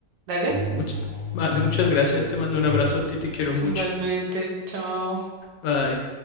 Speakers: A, on the right (about 85°); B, on the left (about 80°).
A: Dale.
B: Much- vale, muchas gracias. Te mando un abrazo a ti. Te quiero mucho.
A: Igualmente, chao.
B: Bye.